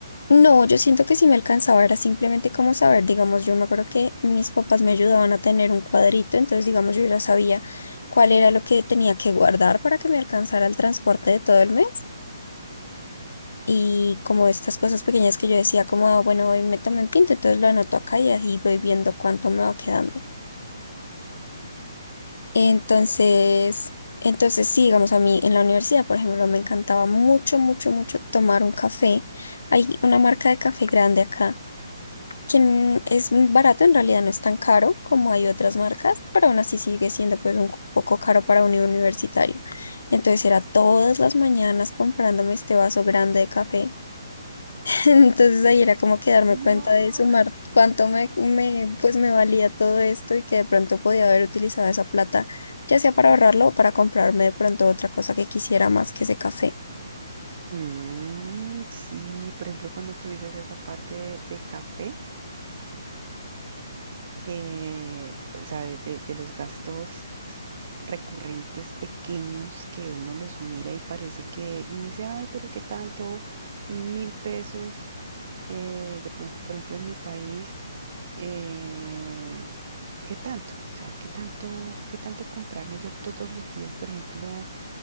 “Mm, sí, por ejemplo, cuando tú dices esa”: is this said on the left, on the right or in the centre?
Right